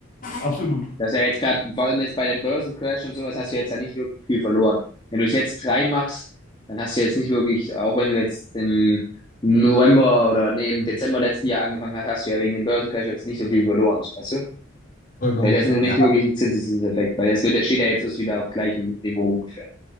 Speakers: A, on the left; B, on the left.
A: Absolut.
B: Das ist ja jetzt gerade, vor allem jetzt bei dem Börsencrash und sowas, hast du jetzt ja nicht wirklich viel verloren. Wenn du es jetzt reinmachst, dann hast du jetzt nicht wirklich, auch wenn du jetzt im November oder nee, im Dezember letzten Jahr angefangen hast, hast du ja wegen dem Börsencrash jetzt nicht so viel verloren, weißt du?
A: Vollkommen,
B: Weil das ist noch nicht
A: ja,
B: wirklich ein Zinseszinseffekt, weil das wird, der steht ja jetzt erst wieder auf gleichem Niveau ungefähr.